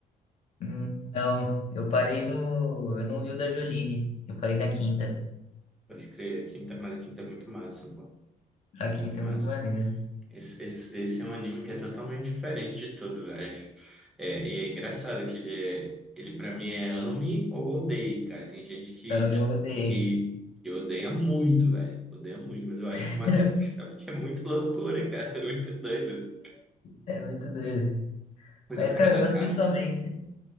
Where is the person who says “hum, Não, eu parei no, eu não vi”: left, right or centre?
Left